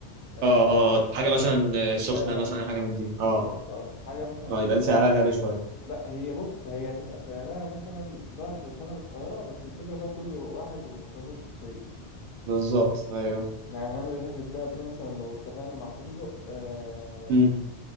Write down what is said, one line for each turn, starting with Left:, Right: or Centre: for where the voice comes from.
Left: آه،
Right: اه اه آه، حاجه مثلا آه، سخنه
Left: دهب
Right: مثلا أي حاجه من دي
Left: بالظبط
Right: اه
Left: اه حاجة مثلا
Right: اه
Left: هتبقى
Right: يبقى دي سعرها
Left: في حدود
Right: غالي شويه
Left: لا هي بص هي هتبقى سعرها مثلا ضعف ثمن القاهرة بس الفكرة بقى كل واحد ومصاريفه الشخصية
Right: بالظبط ايوه
Left: يعني هنعمل رحلة دهب دي مثلا لو اتفقنا مع فندق آه
Right: امم